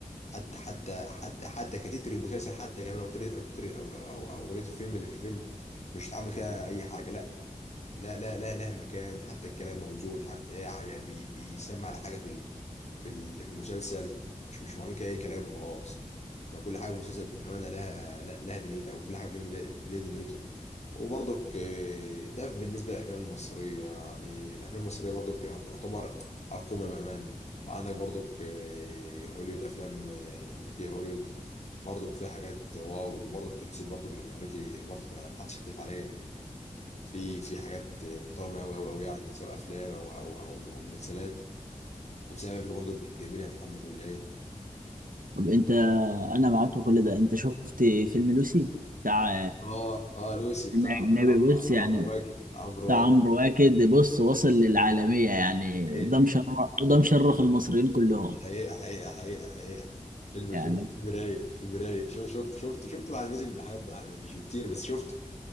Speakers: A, on the left; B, on the right.
A: حتى حتى حتى حتى كتتر المسلسل حتى كمان او تتر- او تتر- او او أو اغنيه الفيلم اللي في الفيلم مش اتعمل كده اي حاجه لا لا لا لا لها مكان حتى الكلام موزون مش عارف ايه يعني بي بيسمع على حاجه في ال... في ال... في المسلسل مش مش معلوم كده اي كلام وخلاص كل حاجه في المسلسل بامانه لها لا- لها دنيتها او كل حاجه في الفيلم لها لها دنيته وبرضك آه، ده بالنسبه للافلام المصريه يعني الافلام المصريه برضك يعت- يعتبر على القمه بامان وعندك برضك آه، هوليوود افلام آه، امريكيه هوليوود برضك فيها حاجات واو وبرضك تمثيل برضك الامريكي برضك ما حدش يختلف عليه في في حاجات محترمه قوي قوي قوي يعني سواء افلام او او او, أو مسلسلات تمثيل امريكا برضو جميل يا محمد ولا ايه
B: طب انت انا معاك في كل ده انت شفت فيلم لوسي بتاع
A: اه اه لوسي
B: فيلم
A: بتاع
B: اجنبي
A: عمرو عمرو
B: بص يعني
A: عمرو واكد عمرو
B: بتاع
A: واكد
B: عمرو واكد بص وصل للعالمية يعني
A: حقيقة
B: ده مشرف ده مشرف المصريين كلهم
A: حقيقة حقيقة حقيقة حقيقة فيلم
B: يعني
A: فيلم فيلم رايق فيلم رايق شو- شفت شفت شفت بعد ما نزل بحب يعني مش كتير بس شفت